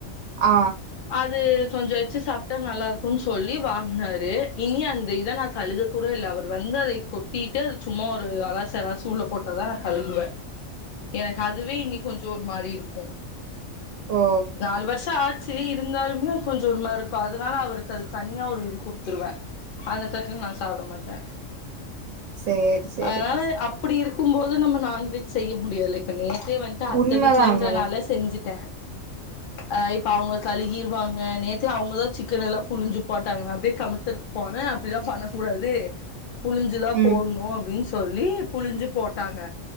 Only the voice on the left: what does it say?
அது கொஞ்ச வச்சு சாப்ட்டா நல்லா இருக்குன்னு சொல்லி வாங்குனாரு இனி அந்த இத நா கழுவ கூட இல்ல அவரு வந்து அத கொட்டிட்டு அது சும்மா ஒரு அலச அலசி உள்ள போட்டதா நா கழுவுவே எனக்கு அதுவே இன்னி கொஞ்ச ஒரு மாரி இருக்கும்
நாலு வருஷ ஆ த்து இருந்தாலுமே கொஞ்ச ஒரு மாரி இருக்கு அதனால அவருக்கு அது தனியா ஒரு இது குடுத்துருவே அந்த தட்டுல நா சாப்பிட மாட்டே
அதனால அப்படி இருக்கும் போது நம்ம நான்வெஜ் செய்ய முடியாதுல நேத்தே வந்துட்டு அத்தை
வீட்லன்றனால
செஞ்சுட்டே அ அவுங்க கழுகிருவாங்க நேத்தே அவுங்கதா சிக்கன் எல்லா புழிஞ்சு போட்டாங்க நா அப்டியே கமத்துருக்கு போனே அப்டிதா பண்ண கூடாது புளிஞ்சுதா
போடணு அப்டின்னு சொல்லி புளிஞ்சு போட்டாங்க